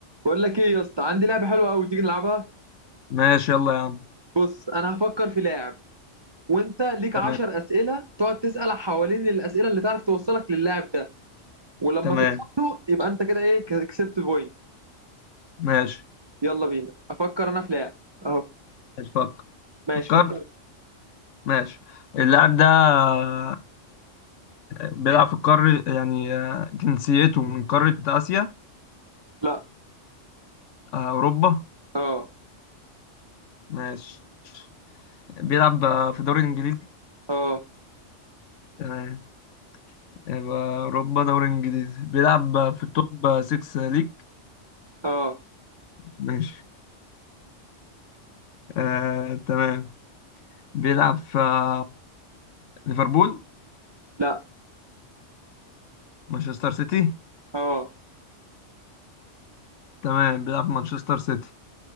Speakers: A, on the right; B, on the left.
A: بقول لك ايه يا اسطى عندي لعبه حلوه قوي تيجي نلعبها
B: ماشي يلا يا عم
A: بص انا هفكر في لاعب وانت ليك
B: تمام
A: 10 اسئله تقعد تسال حوالين الاسئله اللي تعرف توصلك للاعب ده ولما
B: تمام
A: توصل له يبقى انت كده ايه ك- كسبت بوينت
B: ماشي
A: يلا بينا افكر انا في لاعب اهو
B: ماشي فكر
A: ماشي
B: فكرت
A: فكر
B: ماشي اللاعب ده آه، بيلعب في القارة يعني آه، جنسيته من قارة آسيا
A: لا
B: آه، أوروبا
A: اه
B: ماشي بيلعب آه، في الدوري الإنجليزي
A: اه
B: تمام يبقى أوروبا دوري إنجليزي بيلعب آه، في التوب آه، 6 ليج
A: اه
B: ماشي آه، تمام بيلعب في آه، ليفربول
A: لا
B: مانشستر سيتي
A: اه
B: تمام بيلعب في مانشستر سيتي